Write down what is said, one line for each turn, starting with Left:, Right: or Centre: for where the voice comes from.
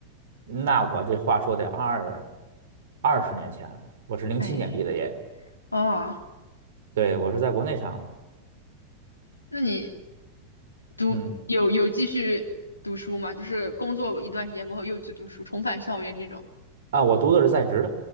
Right: 那我这话说得二二十年前了，我是零七年毕的业，
Left: 哎，哦，
Right: 对，我是在国内上的，
Left: 那你读有有继续读书吗？
Right: 嗯，
Left: 就是工作一段时间过后又去读书，重返校园这种。
Right: 啊，我读的是在职的，